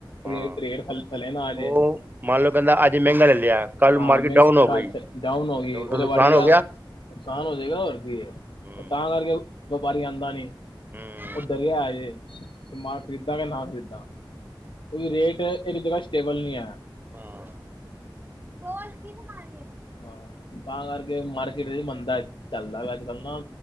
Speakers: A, on the right; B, on the left.
A: ਹਾਂ
B: ਰੇਟ ਰੇਟ ਥੱਲੇ ਥੱਲੇ ਨਾ ਆਜੇ।
A: ਉਹ ਮੰਨ ਲਓ ਪਹਿਲਾ ਅੱਜ ਮਹਿੰਗਾ ਲੈ ਲਿਆ। ਕੱਲ
B: ਹਾਂ
A: ਮਾਰਕੀਟ
B: ਮੈਗ
A: ਡਾਊਨ ਹੋ
B: ਕੱਲ੍ਹ
A: ਗਈ
B: ਤ ਡਾਊਨ ਹੋ
A: ਤੇ
B: ਗਈ,
A: ਉਹਦਾ
B: ਉਹਦੇ
A: ਨੁਕਸਾਨ
B: ਵੜ ਗਿਆ।
A: ਹੋ
B: ਨੁਕਸਾਨ ਹੋ ਜਾਏਗਾ, ਹੋਰ ਕੀ ਹੈ,
A: ਹੂੰ
B: ਤਾਂ ਕਰਕੇ ਵਪਾਰੀ ਆਂਦਾ ਨੀ।
A: ਹੁੰ।
B: ਉਹ ਡਰਿਆ ਆਜੇ ਕਿ ਮਾਲ ਖਰੀਦਾਂ ਕਿ ਨਾ ਖ਼ਰੀਦਾਂ, ਕਿਉਂਕਿ ਰੇਟ ਇੱਕ ਜਗ੍ਹਾ ਸਟੇਬਲ ਨਹੀਂ ਏ।
A: <unintelligible>
B: ਹਾਂ, ਤਾਂ ਕਰਕੇ ਮਾਰਕੀਟ ਚ ਮੰਦਾ ਚੱਲਦਾ ਵ ਅੱਜਕੱਲ ਨਾ।